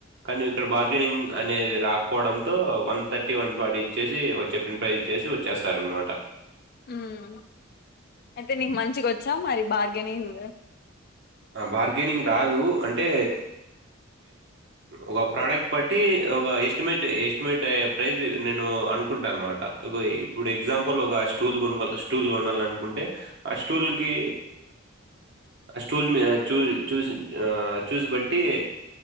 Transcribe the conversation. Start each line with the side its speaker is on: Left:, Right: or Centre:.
Right: కానీ ఇక్కడ బార్గెనింగ్ అనేది రాకపోవడంతో one thirty forty one forty ఇచ్చేసి వాళ్ళు చెప్పన్ ప్రైజ్ ఇచ్చసి వచ్చేస్తారు అనమాట
Left: ఉమ్ అయితే నీకు మంచిగా వచ్చా మరి బార్గెనింగ్
Right: బార్గెనింగ్ రాదు అంటే ఒక ప్రోడక్ట్ బట్టి ఒక ఎస్టిమేట్ ఎస్టిమేట్ ప్రైస్ నేను అనుకుంటాను అనమాట ఇప్పుడు ఎగ్జాంపుల్ ఒక స్టూల్ కొనాల స్టూల్ కొనాల అనుకుంటే ఆ స్టూల్కి స్టూల్ చూ చూసి ఆహ్ చూసి బట్టి